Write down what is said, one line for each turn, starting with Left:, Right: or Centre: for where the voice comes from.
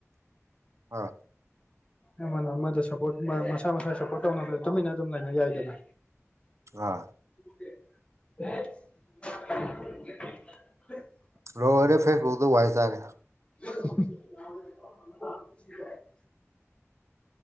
Right: ꯑꯥ
Left: ꯑꯃꯅ ꯑꯃꯗ ꯁꯄꯣꯠ ꯃꯥ ꯃꯁꯥ ꯃꯁꯥꯒꯤ ꯁꯞꯄꯣꯠ ꯇꯧꯅꯕꯗ ꯇꯨꯃꯤꯟꯅ ꯑꯗꯨꯝ ꯂꯩꯅ ꯌꯥꯏꯗꯅ
Right: ꯑꯥ
Left: <unintelligible>
Right: ꯂꯣꯏꯔꯦ ꯐꯦꯁꯕꯨꯛꯇ ꯋꯥꯏ ꯆꯥꯔꯦ
Left: <unintelligible>